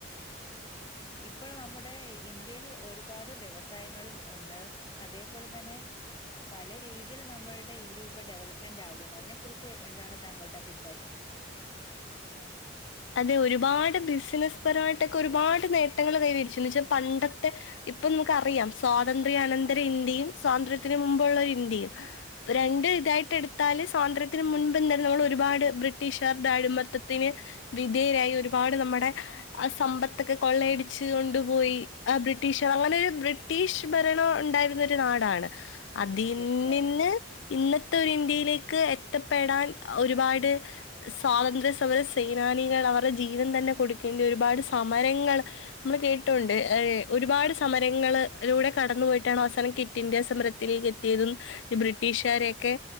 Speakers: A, on the left (about 20°); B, on the left (about 70°).
A: <inaudible> ഇപ്പോൾ നമ്മുടെ ഇന്ത്യയിൽ ഒരുപാട് വ്യവസായങ്ങളും ഉണ്ട് അതേപോലെ തന്നെ പല രീതിയിൽ നമ്മളുടെ ഇന്ത്യ ഇപ്പൊ ഡവലപ്മെൻ്റ് ആകുന്നു അതിനെ കുറിച്ച് എന്താണ് താങ്കളുടെ അഭി
B: അതെ ഒരുപാട് ബിസിനസ് പരിപാടി ഒരുപാട് നേട്ടങ്ങൾ കൈവരിച്ചു എന്ന് വച്ച പണ്ടത്തെ ഇപ്പൊ നമുക്കറിയാം സ്വാതന്ത്ര്യാ അനന്ത്ര ഇൻ ഇന്ത്യയും സ്വാതന്ത്ര്യത്തിന് മുമ്പുള്ള ഒരു ഇന്ത്യും രണ്ടും ഇതായിട്ട് എടുത്താല് സ്വതന്ത്രത്തിന് മുൻപ് നമ്മള് ഒരുപാട് ബ്രിട്ടീഷുകാരുടെ അടിമത്വത്തിന് വിധേയരായി ഒരുപാട് നമ്മടെ ആ സമ്പത്തൊക്കെ കൊള്ളയടിച്ച് കൊണ്ടുപോയി ആ ബ്രിട്ടീഷർ അങ്ങനെ ഒരു ബ്രിട്ടീഷ് ഭരണം ഉ ണ്ടായിരുന്നൊരു നാടാണ് അതിൽ
A: തീർച്ചയായും
B: നിന്ന് ഇന്നത്തെ ഒരു ഇന്ത്യയിലേക്ക് എത്തപ്പെടാൻ ഒരുപാട് സ്വാതന്ത്ര്യ സമര സേനാനികൾ അവരുടെ ജീവൻ തന്നെ കൊടുക്കേണ്ടി ഒരുപാട് സമരങ്ങൾ നമ്മള് കേട്ടിട്ടുണ്ട് ഏഹ് ഒരുപാട് സമരങ്ങളിലൂടെ കടന്നു പോയിട്ടാണ് അവസാനം ക്വിറ്റ് ഇന്ത്യ സമരത്തി ലേക്ക് എത്തിയതും ഈ ബ്രിട്ടീഷുകാരെയൊക്കെ